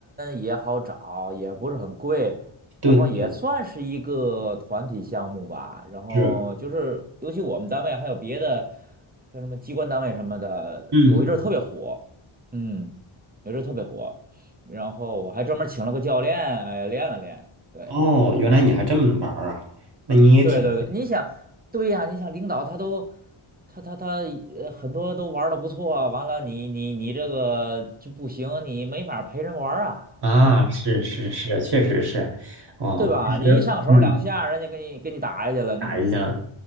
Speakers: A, on the right; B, on the right.
A: 也好找，也不是很贵，
B: 对的，
A: 然后也算是一个团体项目吧。然后就是，
B: 是。
A: 尤其我们单位还有别的，像什么机关单位什么的，
B: 嗯。
A: 有一阵儿特别火，嗯，有一阵儿特别火。然后我还专门请了个教练，哎，练了练。对
B: 哦，原来你还这么能玩儿啊？那你也挺
A: 对对对，你想，对呀，你想领导他都。他他他呃很多都玩的不错，完了你你你这个就不行，你没法陪人玩儿啊。
B: 啊，是是是，确实是，哦，
A: 对吧？
B: 其实，
A: 你一上手两下，
B: 嗯，
A: 人家给你给你打下去了，你你
B: 打一下，